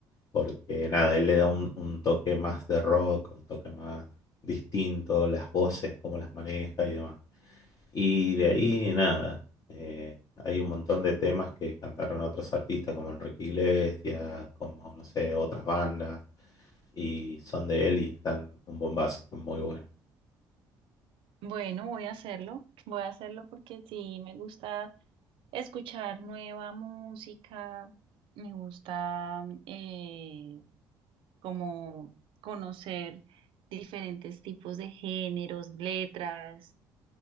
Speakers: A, on the left (about 50°); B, on the right (about 70°).
A: porque nada, él le da un, un toque más de rock, un toque más distinto, las voces, cómo las maneja y demás. Y
B: Ujú.
A: de ahí, nada, eh, hay un montón de temas que cantaron otros artistas como Enrique Iglesias, como, no sé, otras bandas, y son de él y están un bombazo, están muy buenas.
B: Bueno, voy a hacerlo. Voy a hacerlo porque sí me gusta. escuchar nueva música, me gusta eh, como conocer diferentes tipos de géneros, letras.